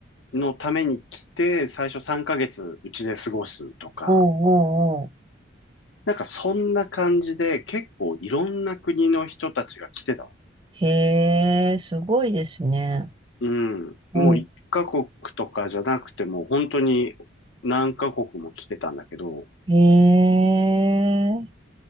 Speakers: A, on the left (about 70°); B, on the right (about 25°).
A: のために来て、最初3ヶ月うちで過ごすとか、
B: おうん、おうん、おう
A: なんかそんな感じで、結構いろんな国の人たちが来てたの。
B: ん。へえ、すごいですね。
A: うん。
B: おう
A: もう一カ国とかじゃなくても、本当に何カ国も来てたんだけど、
B: ん。へえ。